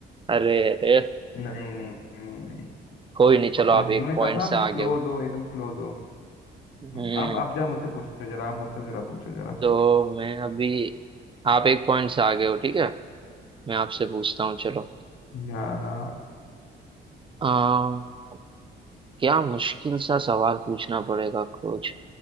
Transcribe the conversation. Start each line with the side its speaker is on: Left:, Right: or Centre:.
Right: अरे अरे
Left: नहीं नहीं नहीं नहीं
Right: कोई नहीं चलो
Left: उन्नीस
Right: आप एक
Left: मैंने
Right: पॉइंट
Left: कहा था
Right: से
Left: आप बिल्कुल
Right: आगे
Left: क्लोज
Right: हो
Left: हो एकदम क्लोज हो
Right: हम्म
Left: हम्म, अब आप जरा मुझसे पूछो जरा आप मुझसे जरा पूछो जरा
Right: तो
Left: कुछ
Right: मैं अभी आप एक पॉइंट से आगे हो ठीक है मैं आपसे पूछता हूँ चलो
Left: हाँ हाँ
Right: आ, क्या मुश्किल सा सवाल पूछना पड़ेगा कुछ